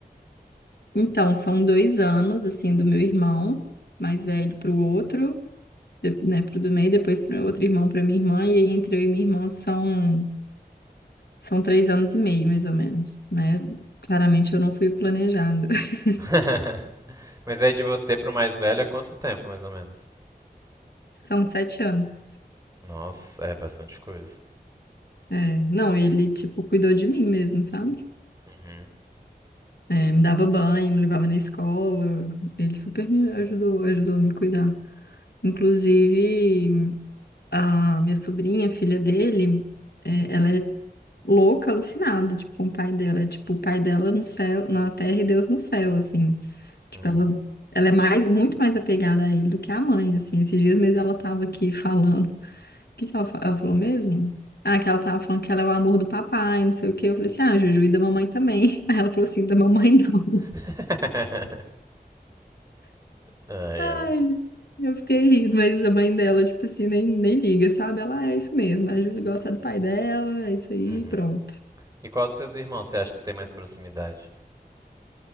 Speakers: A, on the left; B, on the right.
A: Então, são dois anos, assim, do meu irmão mais velho para o outro. de- né, pro do meio, depois pro meu outro irmão, pra minha irmã, e aí entre eu e minha irmã são, são três anos e meio, mais ou menos, né? Claramente eu não fui planejada. <laughs>
B: <laughs> Mas aí de você pro mais velho é quanto tempo, mais ou menos?
A: São sete anos.
B: Nossa, é bastante coisa.
A: É, não, ele, tipo, cuidou de mim mesmo, sabe?
B: Uhum. <laughs>
A: É, me dava banho, me levava na escola, ele super me ajudou, ajudou a me cuidar. Inclusive, a minha sobrinha, filha dele, é, ela é louca, alucinada, tipo, com o pai dela. É tipo, o pai dela no céu, na terra e Deus no céu, assim. Tipo,
B: Uhum.
A: ela, ela é mais, muito mais apegada a ele do que a mãe, assim. Esses dias mesmo ela tava aqui falando. O que que ela, fa- ela falou mesmo? Ah, que ela tava falando que ela é o amor do papai, não sei o quê. Eu falei assim, ah, Juju e da mamãe também. <laughs> Aí ela falou assim, da mamãe não.
B: <laughs>
A: <laughs>
B: Ai,
A: Ai,
B: ai.
A: eu fiquei rindo, mas a mãe dela, tipo assim, nem, nem liga, sabe? Ela "Ah, é isso mesmo, a Júlia gosta do pai dela, é isso aí,
B: Uhum.
A: pronto.
B: E qual dos seus irmãos você acha que você tem mais proximidade?